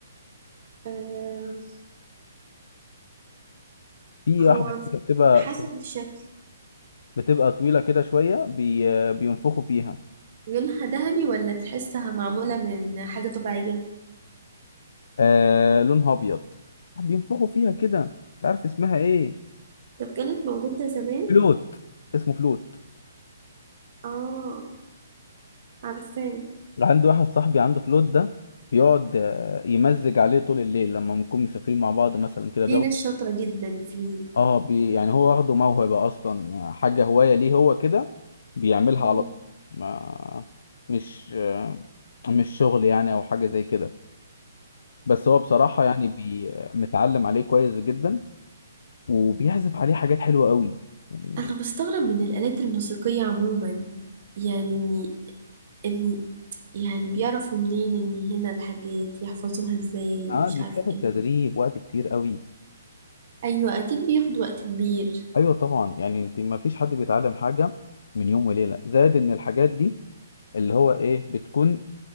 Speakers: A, on the right (about 50°); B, on the left (about 65°).
A: امم
B: في
A: هو
B: واحدة كده بتبقى
A: حسب الشكل
B: بتبقى طويلة كده شوية بي... بينفخوا فيها
A: لونها ذهبي ولا تحسها معمولة من حاجة طبيعية
B: آه لونها أبيض بينفخوا فيها كده مش عارف اسمها إيه
A: طب كانت موجودة زمان
B: فلوت اسمه فلوت
A: اه عارفاه
B: عندي واحد صاحبي عنده فلوت ده بيقعد آه، يمزج عليه طول الليل لما بنكون مسافرين مع بعض مثلا كده
A: في
B: بياخده
A: ناس شاطرة جدا فيه
B: اه بي... يعني هو واخده موهبة أصلا حاجة هواية ليه هو كده بيعملها
A: مم.
B: على طول ما مش آه، مش شغل يعني أو حاجة زي كده بس هو بصراحة يعني بي... متعلم عليه كويس جدا وبيعزف عليه حاجات حلوة قوي يعني
A: أنا بستغرب من الآلات الموسيقية عموما يعني إني إني يعني بيعرفوا منين إن هنا الحاجات يحفظوها إزاي
B: اه
A: مش
B: دي
A: عارفة
B: بتاخد
A: إيه
B: تدريب وقت كتير قوي
A: أيوة أكيد بياخد وقت كبير
B: ايوه طبعا يعني انت ما فيش حد بيتعلم حاجة من يوم وليلة زائد ان الحاجات دي اللي هو ايه بتكون